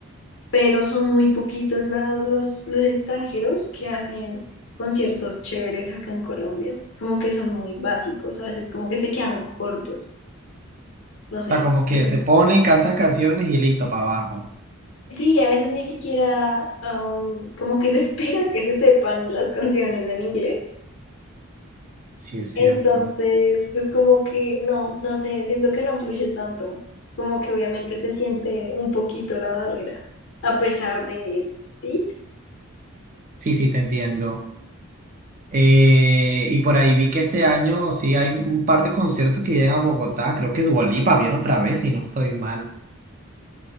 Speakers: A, on the left (about 55°); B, on the right (about 35°).
A: pero son muy poquitos la- los, los extranjeros que hacen conciertos chéveres acá en Colombia. Como que son muy básicos, a veces como que se quedan cortos. No
B: O sea,
A: sé,
B: como que
A: es mi...
B: se pone, cantas canciones y listo, para abajo.
A: Sí, a veces ni siquiera um, como que se <laughs> espera que se sepan las canciones en inglés.
B: Sí, es cierto.
A: Entonces, pues como que no, no sé, siento que no fluye tanto. Como que obviamente se siente un poquito la barrera, a pesar de, ¿sí?
B: Sí, sí, te entiendo. Eh, y por ahí vi que este año sí hay un par de conciertos que llegan a Bogotá. Creo que Dua Lipa viene otra vez, si no estoy mal.